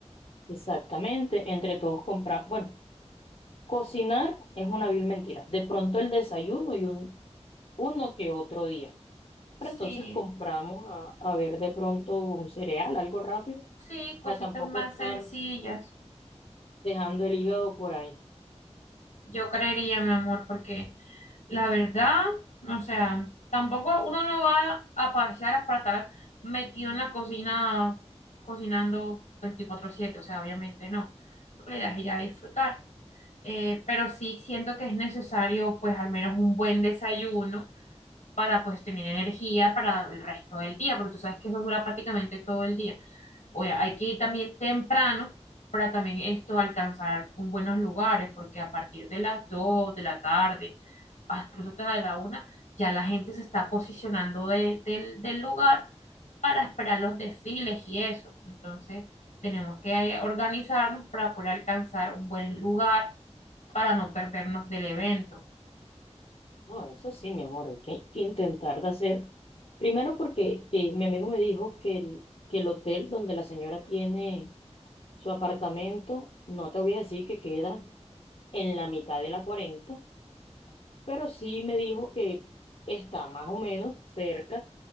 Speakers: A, on the left (about 55°); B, on the left (about 85°).
A: exactamente, entre todos comprar. Bueno, cocinar es una vil mentira. De pronto el desayuno y un, uno que otro día. Pero
B: Sí,
A: entonces compramos a, a ver de pronto un cereal, algo rápido,
B: Sí,
A: para
B: cositas
A: tampoco
B: más
A: estar
B: sencillas,
A: dejando el hígado por ahí.
B: yo creería, mi amor, porque la verdad, o sea, tampoco uno no va a pasear para estar metido en la cocina cocinando veinticuatro siete. o sea, obviamente no, porque la idea es ir a disfrutar. Eh, pero sí siento que es necesario, pues, al menos un buen desayuno para, pues, tener energía para el resto del día, porque tú sabes que eso dura prácticamente todo el día. O hay que ir también temprano para también esto alcanzar buenos lugares, porque a partir de las 2 de la tarde, hasta- incluso hasta la una, ya la gente se está posicionando de- del del lugar para esperar los desfiles y eso. Entonces, tenemos que eh, organizarnos para poder alcanzar un buen lugar para no perdernos del evento.
A: No, eso sí, mi amor, hay que, que intentar de hacer. Primero porque eh, mi amigo me dijo que el, que el hotel donde la señora tiene su apartamento, no te voy a decir que queda en la mitad de la 40, pero sí me dijo que está más o menos cerca